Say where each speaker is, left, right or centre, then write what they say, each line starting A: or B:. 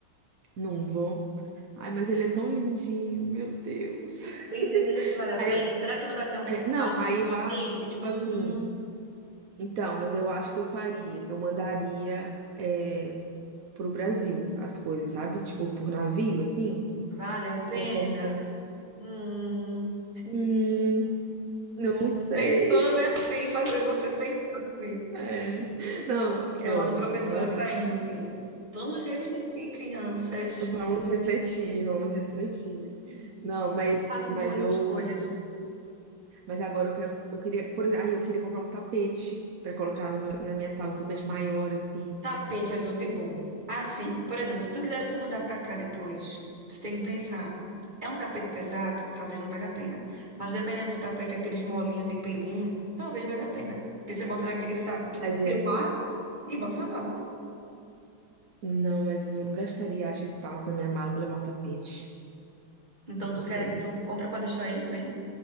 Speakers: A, on the right; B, on the right.
A: Não vou. Ai, mas ele é tão lindinho, meu Deus.
B: Tem certeza
A: <laughs>
B: que vale a
A: Aí
B: pena?
A: eu,
B: Será que não vai ter um
A: é,
B: puff
A: não,
B: mais bonito
A: aí eu acho
B: aqui?
A: que, tipo
B: Hum,
A: assim, Então, mas eu acho que eu faria. Eu mandaria é, pro Brasil as coisas, sabe? Tipo, por navio, assim,
B: vale a
A: que
B: pena?
A: tem como fazer.
B: Hum.
A: Hum, não sei.
B: Tentando assim,
A: <laughs>
B: fazer você pensar assim.
A: É. Não,
B: Meu
A: é,
B: lado professora
A: realmente.
B: saindo assim. Vamos refletir, crianças.
A: Vamos refletir, vamos refletir. Não, mas,
B: Façam
A: mas
B: boas
A: eu,
B: escolhas.
A: mas agora eu quero, eu queria, por exemplo, aí eu queria comprar um tapete para colocar no meu- na minha sala, um tapete maior assim.
B: Tapete é tudo de bom. Assim, por exemplo, se tu quiser se mudar pra cá depois, você tem que pensar. É um tapete pesado? Talvez não valha a pena. Mas dependendo do tapete, aqueles molinhos de pelinho, talvez valha a pena. Porque você bota naquele saco que
A: Mas
B: tira
A: é,
B: o ar e bota na mala.
A: não, mas eu não gastaria, acho, espaço na minha mala para levar um tapete.
B: Então
A: Não
B: tu
A: sei.
B: quer, tu compra pra deixar aí mesmo?